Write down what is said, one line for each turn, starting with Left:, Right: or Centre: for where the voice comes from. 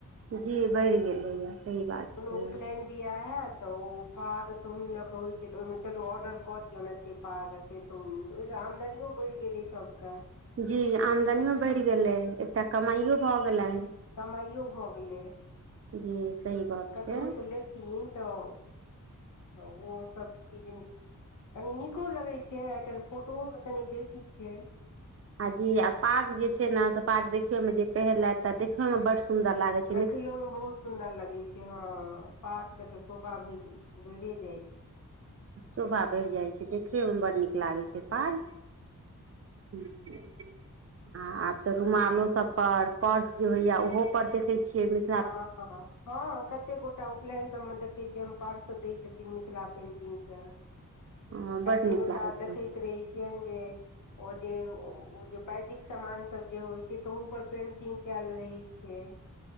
Right: जी बढ़ि गेलैया सही बात
Left: कोनो
Right: छै
Left: उपलनि बियाह हयत तऽ ओ पाग तौनी लऽ के होइ छैऽ ओहिमे चलू ऑर्डर कऽ दियौ एते पाग ओत्ते तौनी ओहिसँ आमदनीयो बढ़ि गेलै सबके
Right: जी आमदनियो बढ़ि गेलै एकटा कमाइो भऽ गेलनि
Left: कमाइयो भऽ गेलै
Right: जी सही गप
Left: ककरो
Right: छै
Left: से लेथिन तऽ त ओ सब चीज कनी नीको लगै छै आइ काल्हि फोटोओे कनि बेसी छै
Right: आ जी आ पाग जे छै ने से पाग देखे मे जे पहिरलत त देखे मे बड सुंदर लागैछ
Left: देखैयो मे बहुत सुन्दर लगे छै हँ पाग के तऽ शोभा भ बैरे जाय छै
Right: शोभा बढ़ि जाइ छै देखय मे बड्ड नीक लागति छै पाग ह आ
Left: छै
Right: आब तऽ रूमालो सब पर पर्स जे होइया ओहो पर देखे छियै मिथिल
Left: हँ हँ कते गोटा उपनयन सभ मे देखै छियनि पर्श दय छथिन मिथिला पेंटिंग के
Right: सब
Left: कते
Right: बड नीक
Left: गोटा
Right: लागैत
Left: देखति रहै छियनि जे ओ जे ओ जे वैदिक सामान सभ जे होइ छै तहू पर पेन्टिंग केऽल रहै छै